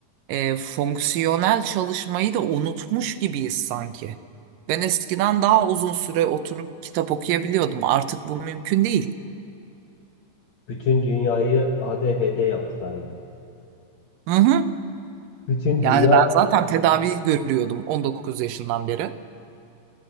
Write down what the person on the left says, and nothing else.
Bütün dünyayı ADHD yaptılar yani.
Bütün dünya